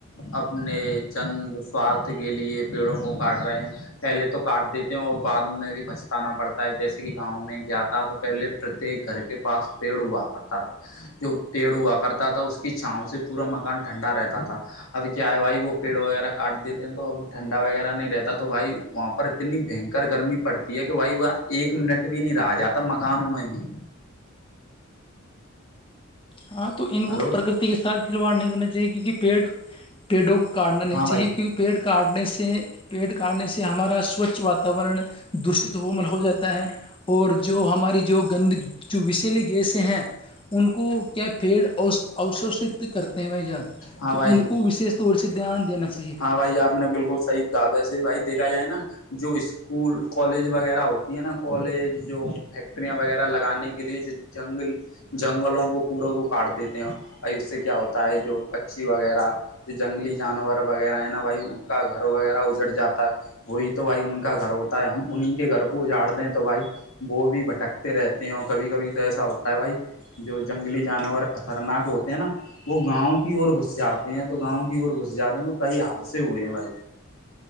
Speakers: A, on the left; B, on the left.
A: اپنے چند سوارھ کے لیے پیڑوں کو کاٹ رہے ہیں پہلے تو کاٹ دیتے ہیں اور بعد میں بھی پچتانا پڑتا ہے جیسے گاؤں میں کیا تھا تو پہلے پرتیک گھر کے پاس پیڑ ہوا کرتا تھا جو پیڑ ہوا کرتا تھا اس کی چھاؤ سے پورا مکان ٹھنڈا رہتا تھا ابھی کیا ہے بھائی وہ پیڑ وغیرہ کاٹ دیتے ہیں تو اب ٹھنڈا وغیرہ نہیں رہتا تو بھائی وہاں پر اتنی بھینکر گرمی پڑتی ہے کہ بھائی وہ ایک منٹ بھی نہیں رہا جاتا مکانوں میں بھی
B: ہاں تو ان
A: ہلو
B: کو پرکتی کے ساتھ کھلواڑ نہیں کرنا چاہیے کیونکہ پیڑ پیڑوں کو کاٹنا نہیں
A: ہاں بھائی
B: چاہیے کیونکہ پیڑ کاٹنے سے پیڑ کاٹنے سے ہمارا سوچھ وااتاورن دشت ہومل ہو جاتا ہے اور جو ہماری جو گند جو وشیلی گیسیں ہیں ان کو کیا پیڑ اوشوشت کرتے ہیں بھائی جان
A: ہاں
B: تو
A: بھائی
B: ان کو وشیش طور سے دھیان دینا چاہیے
A: ہاں بھائی آپ نے بالکل صحیح کہا وسے بھی بھائی دیکا جائے نا جو اس اسکول کالج وغیرہ ہوتی ہیں نا کالج جو فیکٹریاں وغیرہ لگانے کے لیے جو جنگل <unintelligible> جنگلوں کو پورا کو کاٹ دیتے ہیں اور اس سے کیا ہوتا ہے جو پچی وغیرہ جو جنگلی جانور وغیرہ ہیں نا بھائی ان کا گھر وغیرہ اجڑ جاتا ہے وہی تو بھائی ان کا گھر ہوتا ہے ہم انہیں کے گھر کو اجاڑ دیں تو بھائی وہ بھی بھٹکتے رہتے ہیں اور کبھی کبھی تو ایسا ہوتا ہے بھائی جو جنگلی جانور خطرناک ہوتے ہیں نا وہ گاؤں کی اور گھس جاتے ہیں تو گاؤں کی اور گھس جاتے ہیں تو کئی حادثے ہوئے ہیں بھائی